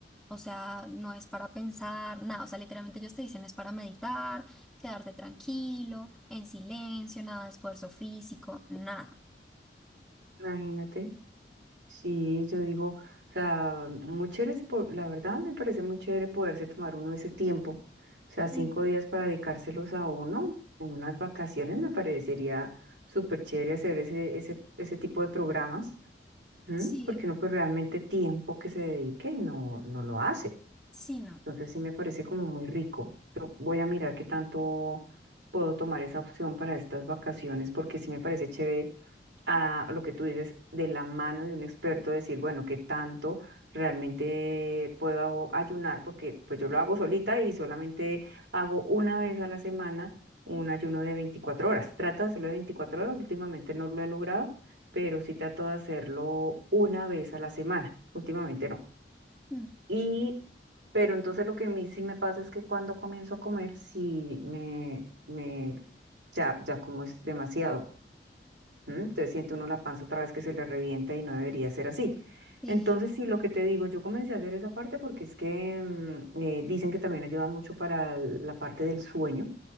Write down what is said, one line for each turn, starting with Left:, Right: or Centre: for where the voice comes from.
Centre: O sea, no es para pensar nada. O sea, literalmente ellos te dicen es para meditar, quedarte tranquilo, en silencio, nada de esfuerzo físico, nada.
Right: Imagínate. Sí, yo digo, o sea, muy chévere, ese po- la verdad me parece muy chévere poderse tomar uno ese tiempo, o sea, cinco
Centre: Mm,
Right: días para dedicárselos a uno en unas vacaciones, me parecería súper chévere hacer ese, ese, ese tipo de programas, ¿Mm?
Centre: Sí,
Right: Porque uno pues realmente tiempo que se dedique no, no lo hace.
Centre: sí, no.
Right: Entonces sí me parece como muy rico. Yo voy a mirar qué tanto puedo tomar esa opción para estas vacaciones, porque sí me parece chévere a lo que tú dices de la mano de un experto, decir, bueno, qué tanto realmente puedo ayunar, porque pues yo lo hago solita y solamente hago una vez a la semana un ayuno de 24 horas. Trato de hacerlo de 24 horas, últimamente no lo he logrado, pero sí trato de hacerlo una vez a la semana, últimamente no.
Centre: Mm,
Right: Y pero entonces lo que a mí sí me pasa es que cuando comienzo a comer, sí me, me, ya, ya como es demasiado. ¿m? Entonces siente uno la panza otra vez que se le revienta y no debería ser así.
Centre: Sí,
Right: Entonces sí, lo que te digo, yo comencé a hacer esa parte porque es que mm, eh, dicen que también ayuda mucho para el- la parte del sueño.